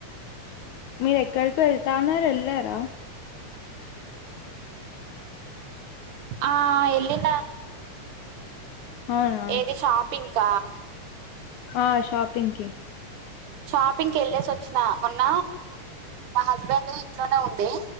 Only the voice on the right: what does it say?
ఆ ఎల్లిన
ఏది షాపింక
షాపింగ్కి ఎళ్ళేసి వచ్చినా మొన్న మా హస్బెండ్ ఇంట్లోనే ఉండే